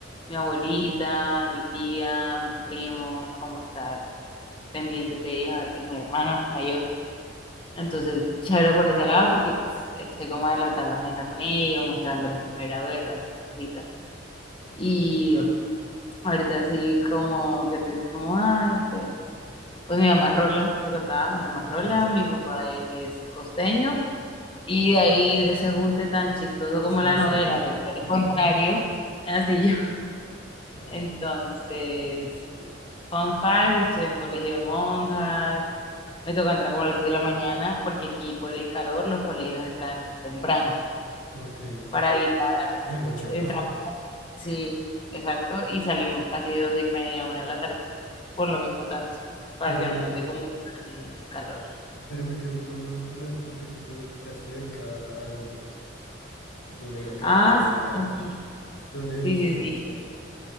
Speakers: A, on the left (about 25°); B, on the left (about 85°).
A: mi abuelita, mi tía, mis primos, como estar pendientes de ellos, a ver que es mi hermana mayor. Entonces, chévere por ese lado porque pues estoy como adelantando agenda con ellos, mostrándoles que me gradué, todas esas cositas. Y ahorita sí como que te dices como, ay, pues, pues, pues mi mamá es Rola, te contaba, mi mamá es
B: Sí,
A: Rola,
B: sí, sí.
A: mi papá es costeño y de ahí de ese junte tan chistoso como
B: <laughs> Nací
A: la novela,
B: yo.
A: pero al
B: <laughs>
A: contrario, así
B: Ah,
A: entonces, fun fact, estudio en colegio de monjas. Me toca entrar como a las siete de la mañana porque aquí por el calor los colegios entran temprano
B: ok,
A: para evitar
B: el bochorno.
A: entrar. Sí, exacto. Y salimos casi 12 y media, una de la tarde. Por lo mismo tanto, para
B: <laughs> Pero...
A: que no note como tan calor.
B: Pero me quedó sonando algo que me has dicho que tú entraste becada a Andes. Me imagino que
A: Ah,
B: Andes de Bogotá.
A: sí,
B: ¿Tú dónde viviste
A: sí, sí, sí.
B: mientras?